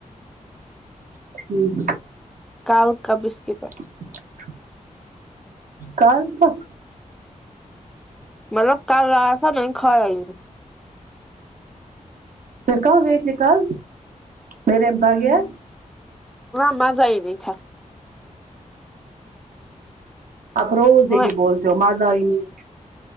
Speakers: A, on the right; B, in the centre.
A: ٹھیک
B: کاجو کا بسکٹ ہے
A: <inaudible> کل سا
B: مطلب کل لا یا تھا نہیں کھایا یہ
A: پھر کہاں گئی تھی کل میرے بغیر
B: وہاں مزہ ہی نہی تھا
A: آپ روز یہی
B: وہاں
A: بولتے ہو مزہ ہی نہی